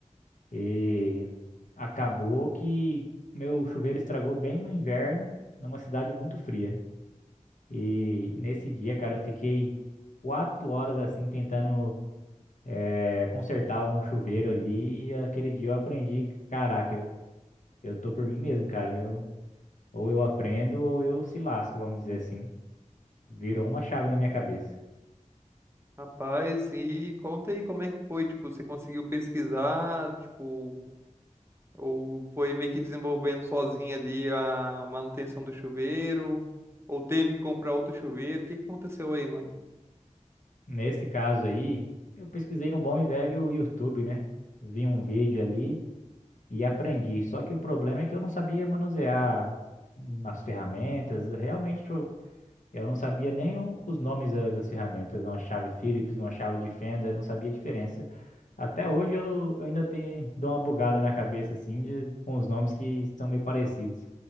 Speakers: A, on the left; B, on the right.
A: E. Acabou que meu chuveiro estragou bem no inverno, numa cidade muito fria. E nesse dia, cara, eu fiquei quatro horas assim tentando eh, consertar um chuveiro ali. E aquele dia eu aprendi, caraca, eu, eu tô por mim mesmo, cara. Eu, ou eu aprendo ou eu se lasco, vamos dizer assim. Virou uma chave na minha cabeça.
B: Rapaz, e conta aí como é que foi, tipo, você conseguiu pesquisar, tipo, ou foi meio que desenvolvendo sozinho ali a manutenção do chuveiro, ou teve que comprar outro chuveiro, o que que aconteceu aí, mano?
A: Nesse caso aí, eu pesquisei no bom e velho YouTube, né? Vi um vídeo ali. e aprendi. Só que o problema é que eu não sabia manusear nas ferramentas. Eu Realmente, tipo, eu não sabia nem o- os nomes da- das ferramentas. Uma chave Phillips, uma chave de fenda, eu não sabia a diferença. Até hoje eu, eu ainda tenho, dou uma bugada na cabeça, assim, de- com os nomes que são meio parecidos.